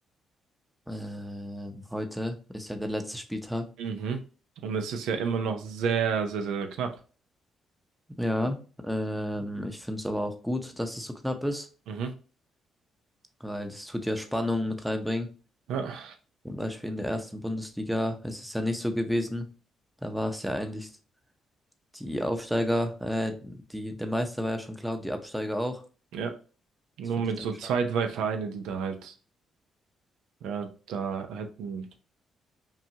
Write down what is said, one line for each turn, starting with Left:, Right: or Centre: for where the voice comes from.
Centre: Ähm, heute ist ja der letzte Spieltag.
Right: Mhm. Und es ist ja immer noch sehr, sehr, sehr knapp.
Centre: Ja, ähm, ich finde es aber auch gut, dass es so knapp ist,
Right: Mhm.
Centre: weil das tut ja Spannung mit reinbringen.
Right: Ja,
Centre: Zum Beispiel in der ersten Bundesliga ist es ja nicht so gewesen. Da war es ja eigentlich die Aufsteiger, äh, die, der Meister war ja schon klar und die Absteiger auch.
Right: ja. Nur
Centre: Das finde
Right: mit
Centre: ich dann
Right: so
Centre: schon,
Right: zwei, drei Vereine, die da halt Ja, da hätten